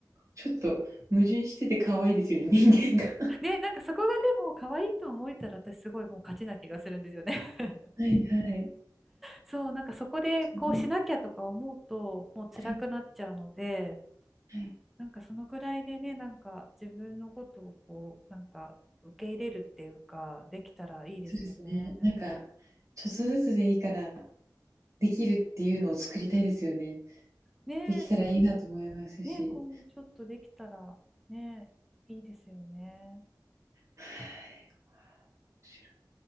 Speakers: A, on the right; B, in the centre.
A: ちょっと矛盾してて可愛いですよね、人間が。
B: <laughs> ね、なんかそこがでも可愛いと思えたら私すごいもう勝ちな気がするんですよね。<laughs>
A: はいはい。
B: そう、なんかそこでこうしなきゃとか思うと、
A: ほんとに
B: もう辛くなっちゃうので、
A: はいはい。
B: なんかそのぐらいでね、なんか自分のことをこう、なんか受け入れるっていうか、できたらいいですよね。
A: そうですね。なんか、ちょっとずつでいいから、できるっていうのを作りたいですよね。
B: ねえ、
A: できたらいいなと思いますし。
B: そね、今後ちょっとできたらね、いいですよね。
A: はい。面白い。